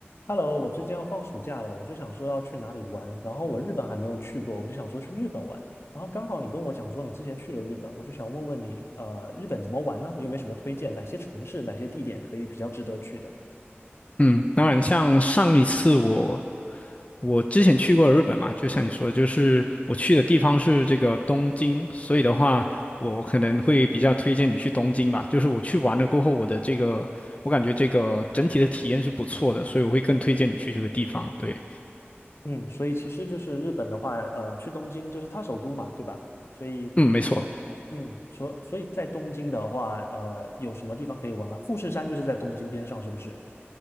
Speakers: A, on the left (about 75°); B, on the left (about 30°).
A: Hello，我最近要放暑假了，我就想说要去哪里玩，然后我日本还没有去过，我就想说去日本玩，然后刚好你跟我讲说你之前去了日本，我就想问问你，呃，日本怎么玩呢？你有没有什么推荐？哪些城市、哪些地点可以比较值得去的？
B: 嗯，当然，像上一次我我之前去过日本嘛，就像你说的，就是我去的地方是这个东京，所以的话，我可能会比较推荐你去东京吧。就是我去完了过后，我的这个我感觉这个整体的体验是不错的，所以我会更推荐你去这个地方。对，
A: 嗯，所以其实就是日本的话，呃，去东京就是它首都嘛，对吧？所以，
B: 嗯，没错。
A: 嗯，所所以在东京的话，呃，有什么地方可以玩吗？富士山就是在东京边上，是不是？